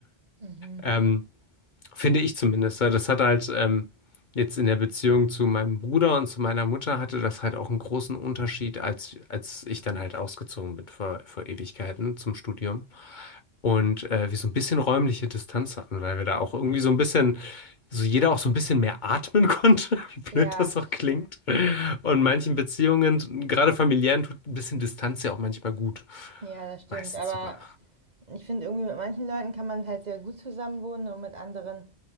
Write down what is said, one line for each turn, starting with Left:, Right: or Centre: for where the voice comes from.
Right: Mhm.
Left: Ähm, Finde ich zumindest. weil Das hat halt ähm, jetzt in der Beziehung zu meinem Bruder und zu meiner Mutter hatte das halt auch einen großen Unterschied, als, als ich dann halt ausgezogen bin vor, vor Ewigkeiten zum Studium. Und äh, wir so ein bisschen räumliche Distanz hatten, weil wir da auch irgendwie so ein bisschen, so jeder auch so ein bisschen mehr atmen konnte, <laughs> wie blöd
Right: Ja,
Left: das auch klingt. Und manchen Beziehungen, gerade familiären, tut ein bisschen Distanz ja auch manchmal gut.
Right: ja, das stimmt.
Left: Meistens
Right: Aber
Left: sogar.
Right: ich finde irgendwie mit manchen Leuten kann man halt sehr gut zusammenwohnen und mit anderen